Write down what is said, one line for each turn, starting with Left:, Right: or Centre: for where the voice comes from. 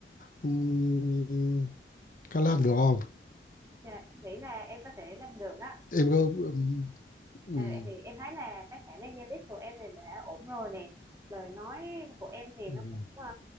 Left: um, có làm được không?
Right: Dạ, em nghĩ là em có thể làm được đó.
Left: Em có ừm, ừm,
Right: À, vậy thì em thấy là cái khả năng giao tiếp của em thì đã ổn rồi nè lời nói của em thì
Left: ừm,
Right: nó cũng ờ,